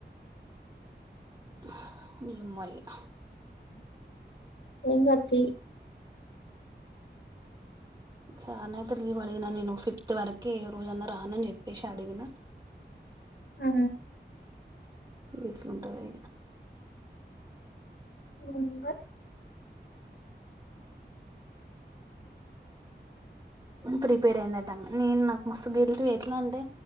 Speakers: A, on the right; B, on the left.
A: !!!!!!!!!!
B: ఏం గాదు తీ
A: చార్న ఐతే లీవ్ అడిగిన నేను ఫిఫ్త్ వరకు ఏ రోజన్నా రానని చెప్పేసి అడిగినా
B: ఆ
A: ఎట్లుంటది
B: <inaudible>
A: ప్రిపేర్ అయిందన్ <inaudible> నేను నాకు మస్తు గిల్ టు ఎట్లంటే